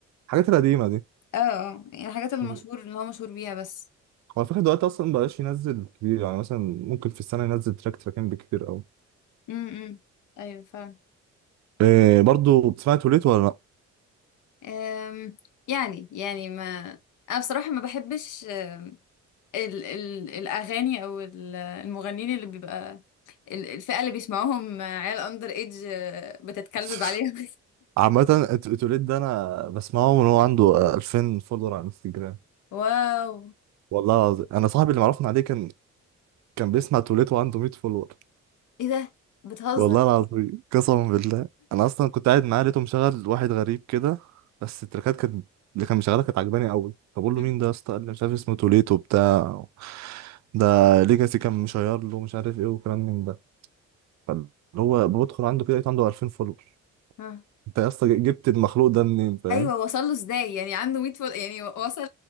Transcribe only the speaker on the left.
اه اه يعني الحاجات المشهور
اللي هو مشهور بيها بس
امم امم. ايوه فعلا
أم، يعني يعني ما انا بصراحه ما بحبش أم، ال ال الاغاني او ال- المغنيين اللي بيبقى ال- الفئه اللي بيسمعوهم عيال اندر ايج أه، بتتكلبب
عليهم
<laughs> واو
ايه ده بتهزر
مم.
آه.
ايوه وصل له ازاي يعني عنده 100 فول يعني وصل